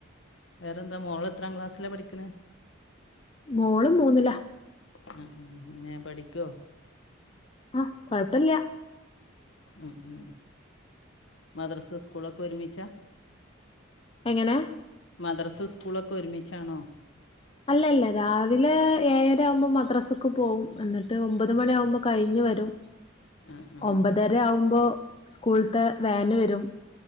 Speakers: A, on the left; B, on the left.
A: വേറെ എന്താ മോളെത്രാ ക്ലാസ്സില പഠിക്കണെ
B: മോളും മൂന്നില
A: ആ ഉ എങ്ങനെ പഠിക്കോ
B: ആ കൊഴപ്പില്ല്യാ
A: ഉ ഉം മദ്രസ സ്കൂളൊക്കെ ഒരുമിച്ചാ
B: എങ്ങനെ
A: മദ്രസ സ്കൂളൊക്കെ ഒരുമിച്ചാണോ
B: അല്ലല്ല രാവിലെ ഏഴര ആവുമ്പോ മദ്രാസക്ക് പോവും എന്നിട്ട് ഒമ്പത് മണി ആവുമ്പോ കഴിഞ്ഞു വരും
A: ആ ആ
B: ഒമ്പതര ആവുമ്പോ സ്കൂൾത്തെ വാന് വരും